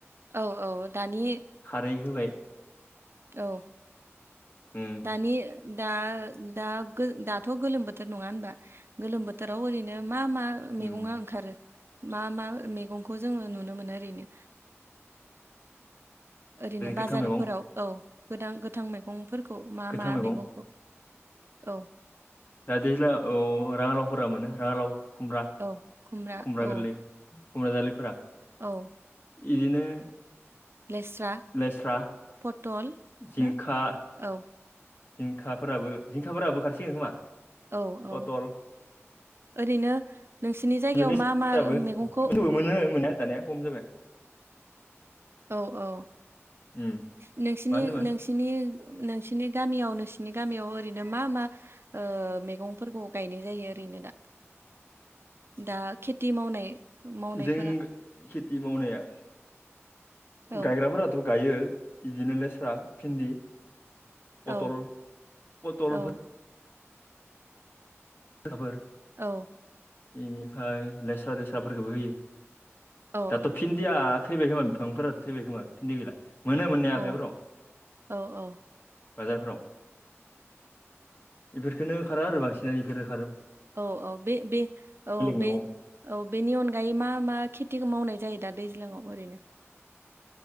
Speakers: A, on the right; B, on the left.
A: औ औ दानि
B: खारै होबाय
A: ओ <inaudible> औ
B: उम
A: दानि दा-दा-दाथ' गोलोम बोथोर नङा होनबा गोलोम बोथोराव ओरैनो मा मा मैगङा
B: उम
A: ओंखारो? मा मा मैगंखौ जोङो नुनो मोनो ओरैनो? ओरैनो बाजारफोराव
B: गोथां मैगं
A: औ गोदां गोथां मैगंफोरखौ मा
B: गोथां
A: मा
B: मैगं
A: मैगंखौ औ
B: दा दैेज्ला औ राङालावफोरा मोनो राङालाव खुमब्रा,
A: औ
B: खुमब्रा
A: औ
B: गोरलै खुमब्रााजलिफोरा
A: औ
B: इदिनो
A: लेस्रा,
B: लेस्रा
A: पटल
B: जिंखा,
A: ना औ
B: जिंखाफोराबो जिंखाफोराबो ओखारसिगोन खोमा।
A: औ औ
B: पटल
A: <inaudible> ओरैनो नोंसिनि जायगायाव
B: लेस्राबो
A: मा मा मैगंखौ
B: होनबाबो मोनो मोननाया दानिया खम जाबाय।
A: औ औ
B: उम
A: <inaudible> नोंसिनि
B: मा होनदोंमोन
A: नोंसिनि नोंसिनि गामियाव नों सिनि गामियाव ओरैनो मा मा ओ मैगंफोरखौ गायनाय जायो ओरैनो दा? दा खेथि मावनाय मावनायफोरा
B: जों खेथि मावनाया
A: औ
B: गायग्राफोराथ' गायो बिदिनो लेस्रा, भिन्दि
A: औ
B: पटल, पटल
A: औ
B: फोर
A: औ
B: बेनिफ्राय लेस्रा देस्राफोरखौबो होयो।
A: औ
B: दाथ' फिन्दिया थैबाय खोमा बिफांफोरा थैबाय खोमा फिन्दि गैला मोनो मोननाया
A: औ
B: हाथाइफोराव।
A: औ औ
B: बाजारफोराव <inaudible> बेफोरखौनो अखारो आरो बांसिनानो बेफोर अखारो।
A: औ औ बे बे औ
B: मैगं
A: बे औ बेनि अनगायै मा मा खेथिखौ मावनाय जायो? दा दैज्लाङाव ओरैनो।